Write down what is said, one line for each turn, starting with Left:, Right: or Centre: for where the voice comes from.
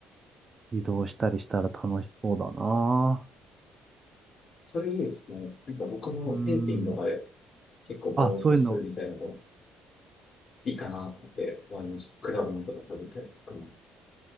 Right: 移動したりしたら楽しそうだな。
Left: それいいですね。なんか僕もフィリピンとかで
Right: うーん。
Left: 結構ぼーっとするみたいなの
Right: あ、そういうの。
Left: いいかなって思いました。果物とか食べたりとか。